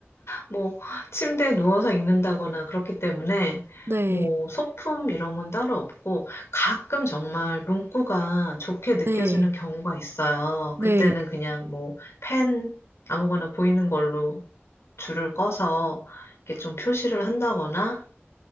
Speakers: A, on the left (about 85°); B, on the right (about 65°).
A: 뭐 침대에 누워서 읽는다거나 그렇기 때문에
B: 네.
A: 뭐 소품 이런 건 따로 없고 가끔 정말 문구가 좋게 느껴지는
B: 네.
A: 경우가 있어요.
B: 네.
A: 그때는 그냥 뭐 펜 아무거나 보이는 걸로 줄을 꺼서 이렇게 좀 표시를 한다거나